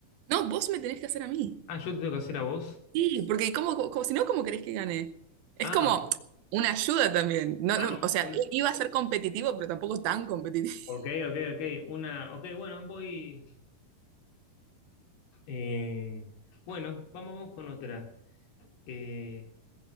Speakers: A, on the right; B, on the left.
A: No, vos me tenés que hacer a mí.
B: Ah, yo te tengo que hacer a vos.
A: Sí, porque ¿cómo, cómo- cómo- si no, ¿cómo querés que gane? Es
B: Ah,
A: como una ayuda también. No,
B: ah,
A: no, o sea,
B: una,
A: i- iba a ser competitivo, pero tampoco tan competitivo. <laughs>
B: ok, ok, ok, una, ok, bueno, voy. Eh, bueno, vamos, vamos con otra. Eh,